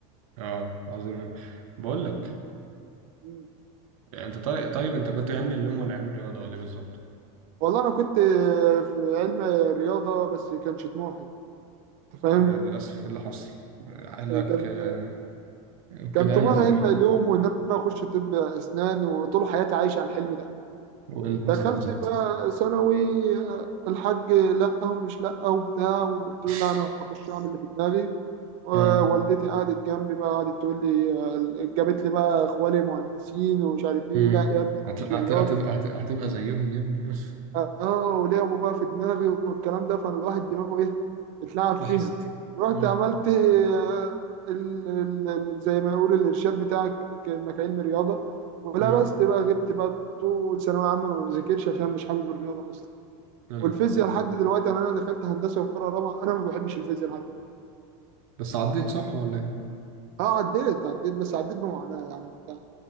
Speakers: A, on the right; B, on the right.
A: اه عظيم أوي. بقول لك
B: هناك
A: يعني انت طيب طيب انت كنت علمي علوم ولا علمي رياضه ولا ايه بالظبط
B: والله انا كنت في علم رياضه بس كانش طموحي انت فاهم
A: يعني للاسف إيه اللي حصل اهلك
B: كان
A: آه،
B: كان
A: كده
B: طموحي
A: يعني ولا
B: علم
A: ايه
B: علوم وان انا اخش طب اسنان وطول حياتي عايش على الحلم ده
A: وايه اللي حصل
B: دخلت
A: بقى ساعتها
B: بقى ثانوي الحاج لا ومش لا وبتاع وقلت له
A: <laughs>
B: لا انا هخش اعمل اللي في دماغي ووالدتي
A: اه
B: قعدت جنبي بقى قعدت تقول لي جابت لي بقى اخوالي مهندسين ومش عارف ايه
A: امم
B: لا يا ابني خش
A: هتبقى
B: رياضه
A: هتبقى هتبقى هت- هتبقى زيهم يا ابني <laughs>
B: اه ولعبوا بقى في دماغي والكلام ده فانا الواحد دماغه ايه اتلعب
A: اتلحست
B: فيها رحت
A: اه
B: عملت آه، ال- ال- ال- زي ما يقول الارشاد بتاعك انك علم رياضه ولا
A: امم
B: بس بقى غبت بقى طول ثانويه عامه ما بذاكرش عشان مش حابب الرياضه اصلا
A: يا
B: والفيزياء
A: نهار ابيض
B: لحد دلوقتي انا انا دخلت هندسه وقراءه رابعه انا ما بحبش الفيزياء لحد دلوقتي
A: بس عديت صح ولا ايه؟
B: اه عديت عديت بس عديت بمعاناه يعني انت